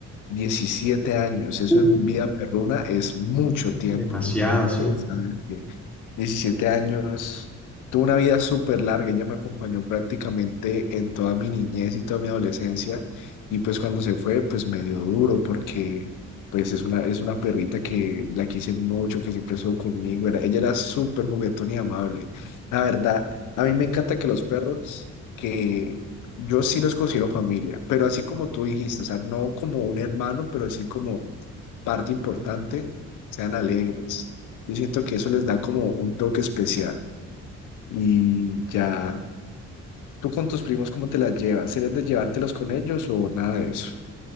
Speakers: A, on the left (about 90°); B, in the centre.
A: 17 años. Eso
B: Uf,
A: en vida perruna es mucho tiempo,
B: Demasiado,
A: me imagino
B: sí.
A: que, ¿sabes? diecisiete años. Tuve una vida súper larga, ella me acompañó prácticamente en toda mi niñez y toda mi adolescencia. Y pues cuando se fue, pues me dio duro porque pues es una, es una perrita que la quise mucho, que siempre estuvo conmigo. Era, ella era súper juguetona y amable. La verdad, a mí me encanta que los perros, que yo sí los considero familia, pero así como tú dijiste, o sea, no como un hermano, pero sí como parte importante, sean alegres. Yo siento que eso les da como un toque especial. Y ya, ¿tú con tus primos cómo te las llevas? ¿Eres de llevártelos con ellos o nada de eso?